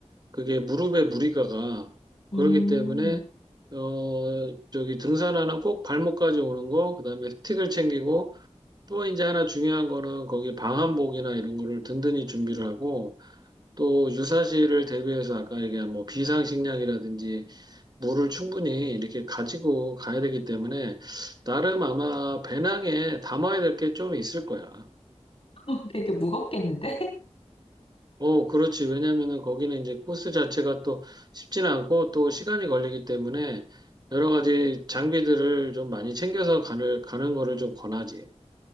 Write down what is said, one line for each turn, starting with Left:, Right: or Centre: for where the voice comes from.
Right: 그게 무릎에 무리가 가. 그렇기
Left: 음.
Right: 때문에 어 저기 등산화는 꼭 발목까지 오는 거, 그다음에 스틱을 챙기고 또 이제 하나 중요한 거는 거기 방한복이나 이런 거를 든든히 준비를 하고 또 유사시를 대비해서 아까 얘기한 뭐 비상식량이라든지 물을 충분히 이렇게 가지고 가야 되기 때문에 나름 아마 배낭에 담아야 될 게 좀 있을 거야.
Left: <laughs> 되게 무겁겠는데? <laughs>
Right: 어, 그렇지. 왜냐면은 거기는 이제 코스 자체가 또 쉽진 않고 또 시간이 걸리기 때문에 여러 가지 장비들을 좀 많이 챙겨서 가는, 가는 거를 좀 권하지.